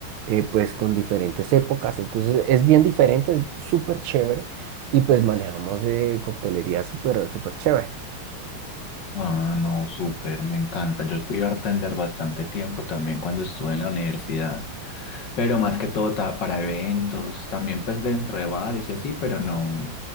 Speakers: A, on the right; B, on the left.
A: eh, pues con diferentes épocas, entonces es bien diferente, es súper chévere y pues manejamos eh, coctelería súper, súper chévere.
B: Ah, no, súper, me encanta. Yo fui bartender bastante tiempo también cuando estuve en la universidad. Pero más que todo ta- para eventos, también pues dentro de bares y así, pero no,